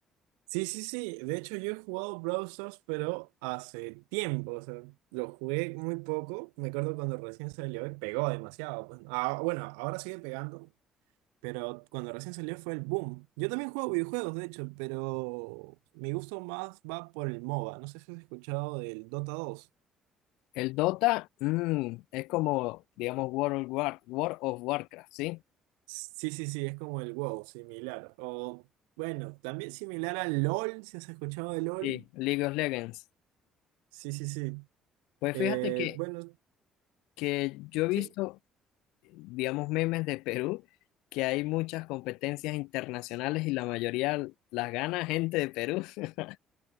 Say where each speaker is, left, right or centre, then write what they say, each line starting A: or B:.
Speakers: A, on the right; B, on the left.
A: Sí, sí, sí. De hecho, yo he jugado Brawl Stars, pero hace tiempo. O sea, lo jugué muy poco. Me acuerdo cuando recién salió y pegó demasiado. pues. Ah, bueno, ahora sigue pegando, pero cuando recién salió fue el boom. Yo también juego videojuegos, de hecho, pero mi gusto más va por el MOBA. No sé si has escuchado del Dota dos.
B: El Dota, mm, es como, digamos, World of War, World of Warcraft, ¿sí?
A: Sí, sí, sí, es como el WoW, similar. O bueno, también similar al LOL, si has escuchado de LOL.
B: Sí, League of Legends.
A: Sí, sí, sí.
B: Pues
A: Eh,
B: fíjate que,
A: bueno,
B: que yo he visto,
A: sí.
B: digamos, memes de Perú, que hay muchas competencias internacionales y la mayoría las gana gente de Perú. <laughs>